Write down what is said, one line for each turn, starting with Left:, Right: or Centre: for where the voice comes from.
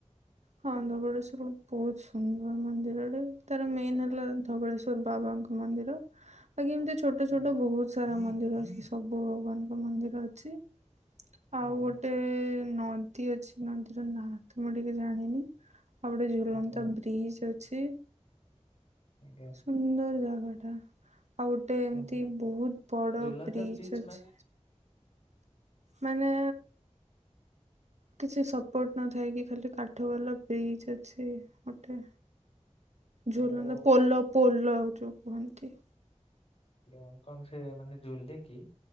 Right: ହଁ ଧବଳେଶ୍ୱର ବହୁତ ସୁନ୍ଦର ମନ୍ଦିରଟେ, ତାର ମେନ୍ ହେଲା ଧବଳେଶ୍ୱଵର ବାବାଙ୍କ ମନ୍ଦିର ବାକି ଏମିତି ଛୋଟ ଛୋଟ
Left: ହୁଁ,
Right: ଛୋଟ ବହୁତ ସାରା ମନ୍ଦିର ଅଛି ସବୁ ଭଗବାନଙ୍କ ମନ୍ଦିର ଅଛି। ଆଉ
Left: ଆଜ୍ଞା,
Right: ଗୋଟେ ନଦୀ ଅଛି ନଦୀର ନାଁ ତ ମୁଁ ଟିକେ ଜାଣିନି। ଆଉ ଗୋଟେ ଝୁଲନ୍ତା
Left: ଆଜ୍ଞା,
Right: ବ୍ରିଜ ଅଛି।
Left: ଆଜ୍ଞା।
Right: ସୁନ୍ଦର ଜାଗା ଟା। ଆଉ ଗୋଟେ ଏମିତି
Left: ହୁଁ, ହୁଁ,
Right: ବହୁତ ବଡ
Left: ଝୁଲନ୍ତା
Right: ବ୍ରିଜ
Left: ବ୍ରିଜ୍
Right: ଅଛି।
Left: ମାନେ?
Right: ମାନେ କିଛି ସପୋର୍ଟ ନଥାଇକି ଖାଲି କାଠ ବାଲା ବ୍ରିଜ ଅଛି ଗୋଟେ। ଝୁଲନ୍ଦ
Left: ଓହୋ!
Right: ପୋଲ ପୋଲ ଯୋଉ କୁହନ୍ତି।
Left: ଗାଁ କଣ ସେ ମାନେ ଝୁଲେ କି?